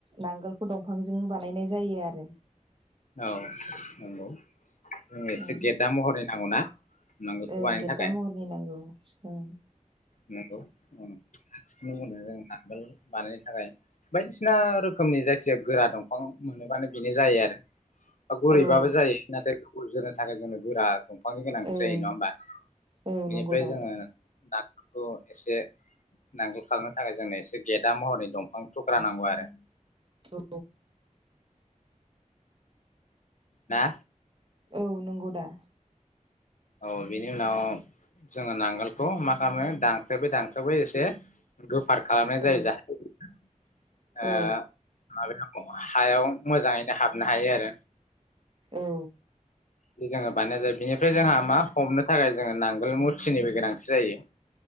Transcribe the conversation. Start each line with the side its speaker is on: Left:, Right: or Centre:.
Right: नांगोलखौ दंफांजों बानायनाय जायो आरो
Left: औ नंगौ जों एसे
Right: ओं
Left: गेदा महरै नांगौना? नांगोलखौ
Right: ओं
Left: बानायनो
Right: गेददा
Left: थाखाय
Right: महरनि नांगौ ओं
Left: नंगौ गासिखौनो बुंङो जों नांगोल बानायनो थाखाय बायदिसिना रोखोमनि जायखिजाया गोरा दंफां मोनोबानो बेनो जायो आरो। गुरैबाबो
Right: औ
Left: जायो नाथाय गुर जोनो थाखाय जोंनो गोरा दं दौफांनि गोनांथि
Right: ओं
Left: जायो नङा होमबा?
Right: औ
Left: बिनिफ्राय
Right: नंगौ दा
Left: जोङो नांगोलखौ इसे नांगोल खालामनो थाखाय जोंनो एसे गेदा महरनि दंफां थुख्रा नांगौ आरो।
Right: औ।
Left: ना?
Right: औ नंगौ दा।
Left: औ बिनि उनाव जोङो नांगोलखौ मा खालामो दानख्रेबै दानख्रेबै एसे गोफार खालामनाय
Right: औ
Left: जायो <unintelligible> ओ
Right: औ
Left: माब हायाव मोजाङैनो हाबनो हायो आरो।
Right: औ।
Left: बि जोङो बानायनाय जायो बिनिफ्राय जोंहा मा हमनो थाखाय जोङो नांगोल मुथिनिबो गोनांथि जायो।